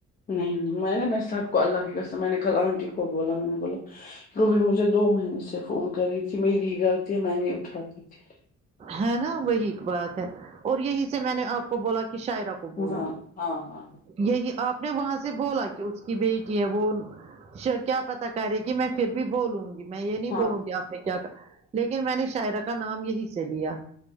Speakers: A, on the left (about 30°); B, on the right (about 25°).
A: نہیں نہیں میں نے میں سب کو اللہ کی قسم میں نے کل آنٹی کو بولا میں نے بولا وہ بھی مجھے دو مہینے سے فون کر رہی تھی میری ہی غلطی ہے میں نہیں اٹھاتی تھی
B: ہے نا وہی ایک بات ہے اور یہی سے میں نے آپ کو بولا کی شاعرہ کو بولو
A: ہاں ہاں ہاں
B: یہی آپ نے وہاں سے بولا کیوں اس کی بیٹی ہے وہ مجھے کیا پتا کرے گی میں پھر بھی بولوں گی میں یے نہیں
A: ہاں
B: بولوں گی آپ کیا کہا لیکن میں نے شاعرہ کا نام یہی سے لیا